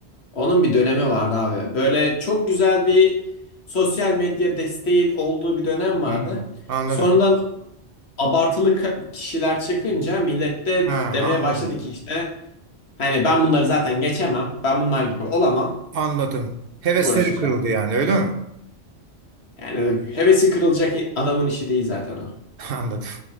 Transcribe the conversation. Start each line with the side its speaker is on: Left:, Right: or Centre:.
Left: Onun bir dönemi vardı abi. Böyle çok güzel bir sosyal medya desteği olduğu bir dönem
Right: Hmm,
Left: vardı.
Right: anladım.
Left: Sonradan abartılı ka- kişiler çıkınca millet de
Right: Ha,
Left: demeye
Right: anladım.
Left: başladı ki işte hani ben bunları zaten geçemem. Ben bunlar gibi olamam.
Right: Anladım. Hevesleri
Left: Kim uğraşacak?
Right: kırıldı yani öyle mi?
Left: Yani hevesi kırılacak adamın işi değil zaten o.
Right: <laughs> Anladım.